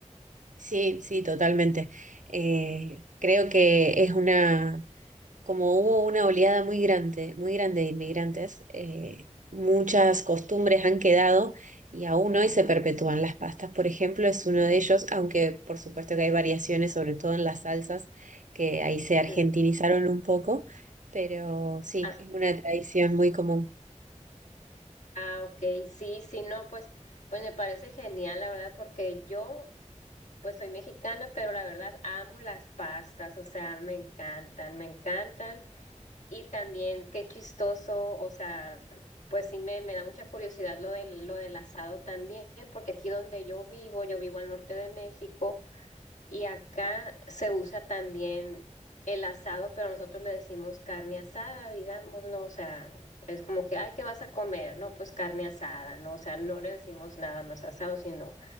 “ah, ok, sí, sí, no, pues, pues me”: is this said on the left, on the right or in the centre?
Left